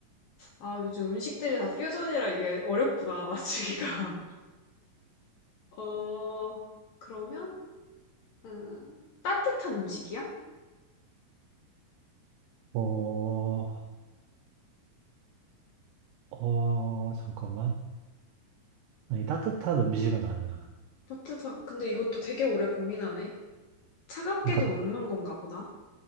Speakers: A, on the left (about 70°); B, on the right (about 80°).
A: 아, 요즘 음식들이 다 퓨전이라 이게 어렵구나, 맞추기가. <laughs> 어, 그러면, 음, 따뜻한 음식이야?
B: 어, 어, 잠깐만. 아니, 따뜻한 음식은 아니야.
A: 따뜻한, 근데 이것도 되게 오래 고민하네. 차갑게도
B: 그러니까,
A: 먹는 건가 보다.